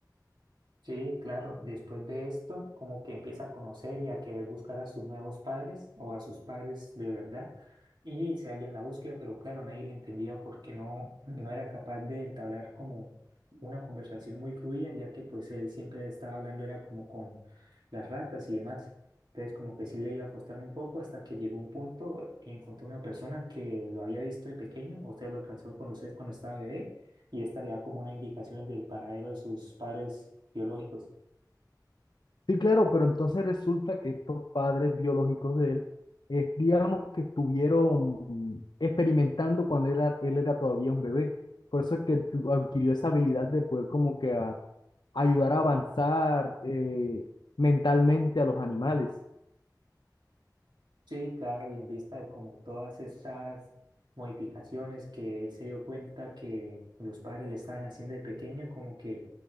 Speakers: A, on the right; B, on the left.
A: Sí, claro. Después de esto, como que empieza a conocer y a querer buscar a sus nuevos padres o a sus padres de verdad. Y se halla en la búsqueda, pero claro, nadie le entendía porque no, no era capaz de entablar como una conversación muy fluida, ya que pues él siempre estaba hablando era como con las ratas y demás. Entonces como que sí le iba a costar un poco hasta que llegó un punto y encontró una persona que lo había visto de pequeño, o sea, lo alcanzó a conocer cuando estaba bebé y esta le da como una indicación del paradero de sus padres biológicos.
B: Sí, claro, pero entonces resulta que estos padres biológicos de él, eh, digamos que estuvieron experimentando cuando él era, él era todavía un bebé. Por eso es que tu- adquirió esa habilidad de poder como que ayudar a avanzar eh, mentalmente a los animales.
A: Sí, claro, y en vista de como todas estas modificaciones que él se dio cuenta que los padres le estaban haciendo de pequeño, como que